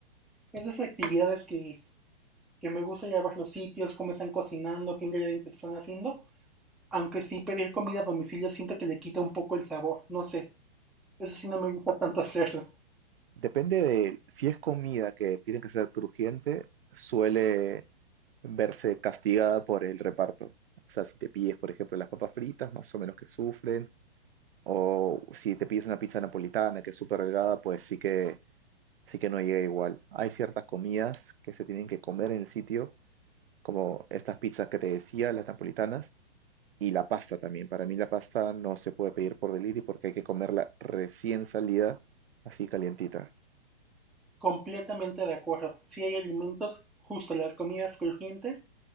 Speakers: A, in the centre; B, on the right.
A: Es de esas actividades que que me gusta llevar los sitios, cómo están cocinando, qué ingredientes están haciendo. Aunque sí pedir comida a domicilio siento que le quita un poco el sabor, no sé. Eso sí no me gusta tanto <laughs> hacerlo.
B: Depende de si es comida que tiene que ser crujiente, suele verse castigada por el reparto. O sea, si te pides, por ejemplo, las papas fritas, más o menos que sufren, o si te pides una pizza napolitana que es súper delgada, pues sí que Así que no llega igual. Hay ciertas comidas que se tienen que comer en el sitio, como estas pizzas que te decía, las napolitanas, y la pasta también. Para mí la pasta no se puede pedir por delivery porque hay que comerla recién salida, así calientita.
A: Completamente de acuerdo. Si hay alimentos, justo las comidas crujientes